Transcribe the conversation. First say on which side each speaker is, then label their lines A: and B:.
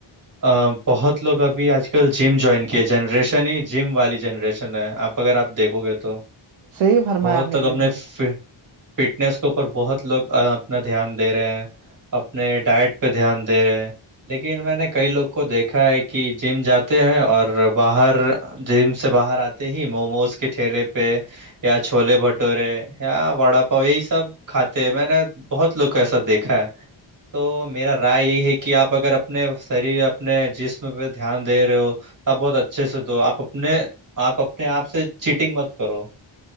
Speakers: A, on the right; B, on the right.
A: ا بہت لوگ ابھی آج کل جم جوائن کیا جنریشن ہی جم والی جنریشن ہے آپ اگر آپ دیکھو گے تو
B: صحیح فرمایا
A: بہت
B: آپ نے
A: تک
B: بھائی
A: اپنے
B: جان
A: فٹنیس کے اوپر بہت لوگ اپنا دھیان دے رہے ہیں اپنے ڈائٹ پہ دھیان دے رہے لیکن میں نے کئی لوگ کو دیکھا ہے کہ جم جات ہیں اور باہر جم سے باہر آتے ہی موموز کے ٹھیلے پہ یا چھوولے بھٹورے یا وڑا پاؤ یہی سب کھاتے ہیں میں نے بہت لوگ کو ایسا دیکھا ہے تو میرا رائے یہی ہے کہ آپ اگر اپنے شریر اپنے جسم پہ دھیان د دے رہے ہو آپ بہت اچھے سے دو آپ اپنے آپ اپنے آپ سے چیٹنگ مت کرو